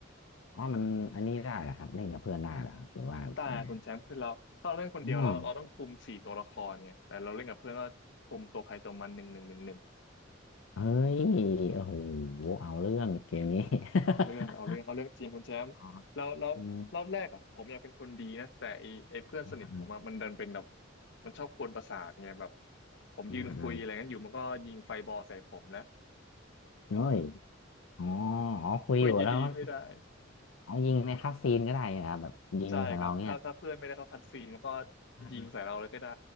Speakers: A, on the left; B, on the left.
A: อ๋อมันอันนี้ได้เหรอครับเล่นกับเพื่อนได้เหรอครับหรือว่ายังไง
B: แต่คุณแชมป์คือเราถ้าเราเล่นคนเดียวเราเราต้องคุมสี่ตัวละครไงแต่เราเล่นกับเพื่อนก็คุมตัวใครตัวมันหนึ่งหนึ่งหนึ่ง
A: อืมเฮ้ยโอ้โหเอาเรื่องเกมนี้ <laughs>
B: เอาเรื่องเอาเรื่องเอาเรื่องจริงคุณแชมป์แล้วแล้วรอบแรกอ่ะผมอยากเป็นคนดีนะแต่ไอไอเพื่อนสนิทผมอ่ะมันดันเป็นแบบ
A: อ๋ออืมอื
B: มันชอบกวนประสาทไงแบบผมยืนคุยอะไรงั้นอยู่มันก็ยิงไฟบอลใส่ผมแล้ว
A: มอืมเฮ้ยอ๋อ
B: <laughs>
A: อ๋อคุยอยู่แล้วมัน
B: คุยดีๆไม่ได้
A: เอยิงในคัสซีนก็ได้นะครับแบบยิงใส่เราเนี่ย
B: ใช่ครับถ้าถ้าเพื่อนไม่ได้เข้าคัดซีนมันก็
A: อ
B: ยิงใส่เราเลยก็ได้